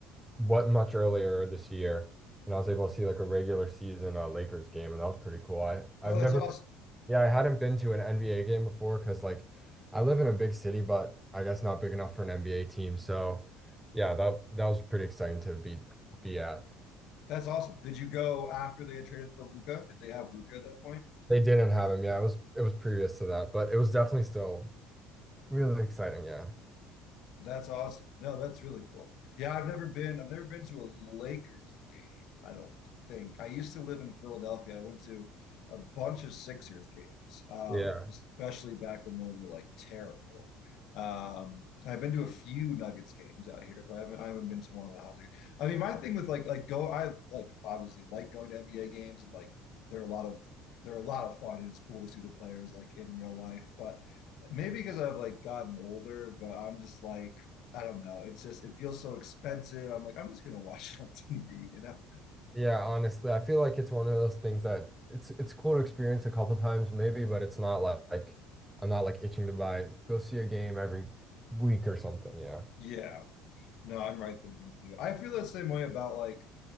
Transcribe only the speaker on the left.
Oh, that's
awesome.
That's awesome. Did you go after they had traded for Luca? Did they have Luca at that point?
That's awesome. No, that's really cool. Yeah, I've never been, I've never been to a Lakers game, I don't think. I used to live in Philadelphia. I went to a bunch of Sixers games, um,
especially back when they were like terrible. Um, I've been to a few Nuggets games out here, but I haven't I haven't been to one of the house. I mean, my thing with like like go I like obviously like going to NBA games and like there are a lot of there are a lot of fun and it's cool to see the players like in real life. But maybe because I've like gotten older, but I'm just like, I don't know. It's just it feels so expensive. I'm like, I'm just gonna watch it on TV, you know?
Yeah. No, I'm right there with you. I feel the same way about like